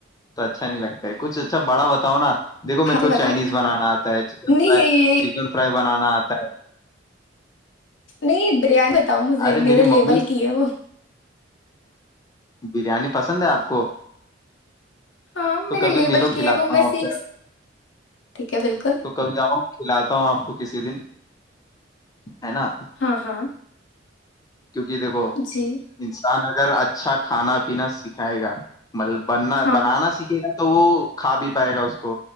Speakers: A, on the left (about 20°); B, on the left (about 75°).
A: تو اچھا نہیں لگتا ہے کچھ اچھا بڑا بتاؤ نا دیکھو میرے
B: ہاں تو
A: کو
B: بتاؤ
A: چائنیز بنانا آتا ہے چکن
B: نہیں
A: فرائی
B: ہے یہ
A: چکن فرائی بنانا آتا ہے
B: نہیں بریانی بتاؤ مجھے
A: ارے
B: میرے
A: میری
B: لیبل
A: ممی
B: کی ہے وہ
A: بریانی پسند ہے آپ کو
B: ہاں
A: تو
B: میرے
A: کبھی
B: لیبل
A: ملو
B: کی
A: کھلاتا
B: ہے وہ
A: ہوں
B: میں
A: آپ
B: سیکھ
A: کو
B: ٹھیک ہے بالکل
A: تو کبھی آؤ کھلاتا ہوں آپ کو کسی دن ہے نا
B: ہاں ہاں
A: کیونکہ دیکھو
B: جی
A: انسان ا اگھر اچھا کھانا پینا سکھائے گا مطلب بننا
B: ہاں
A: بنانا سیکھے گا تو وہ کھا بھی پائے گا اس کو